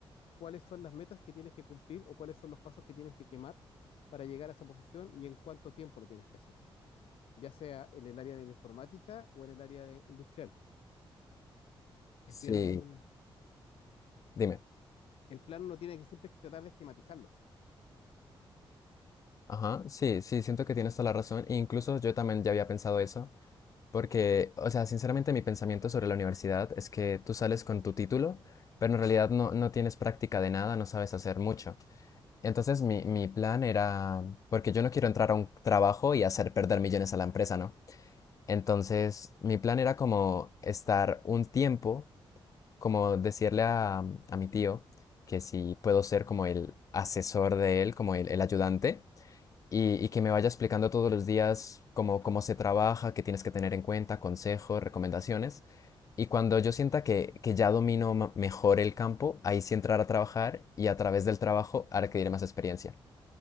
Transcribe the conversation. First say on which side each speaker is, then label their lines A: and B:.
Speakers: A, on the left; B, on the left.
A: cuáles son las metas que tienes que cumplir o cuáles son los pasos que tienes que quemar para llegar a esa posición y en cuánto tiempo lo tienes que hacer, ya sea en el área de la informática o en el área de industrial. es
B: Sí,
A: bien,
B: dime.
A: el plan uno tiene que siempre que tratar de esquematizarlo.
B: Ajá, sí, sí, siento que tienes toda la razón. E incluso yo también ya había pensado eso, porque, o sea, sinceramente mi pensamiento sobre la universidad es que tú sales con tu título, pero en realidad no, no tienes práctica de nada, no sabes hacer mucho. Entonces mi, mi plan era, porque yo no quiero entrar a un trabajo y hacer perder millones a la empresa, ¿no? Entonces, mi plan era como estar un tiempo, como decirle a, a mi tío que si puedo ser como el asesor de él, como el, el ayudante, y, y que me vaya explicando todos los días cómo, cómo se trabaja, qué tienes que tener en cuenta, consejos, recomendaciones. Y cuando yo sienta que, que ya domino ma- mejor el campo, ahí sí entrar a trabajar y a través del trabajo adquirir más experiencia.